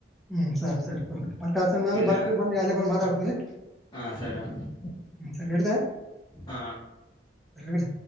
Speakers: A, in the centre; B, on the left.
A: ಹ್ಮ್ ಸರಿ ಸರಿ ಮತ್ತ ಆ ಸಮಯ
B: ಇಡ್ಲಣ್ಣ
A: ಬರ್ತವಿ ಬನ್ನಿ ಅಲ್ಲ ಬಂದು ಮಾತಾಡ್ತೀವಿ
B: ಹಾ ಸರಿ ಅಣ್ಣ
A: ಹ್ಮ ಸರಿಡದ
B: ಹಾ ಅಣ್ಣ
A: ಹ್ಮ್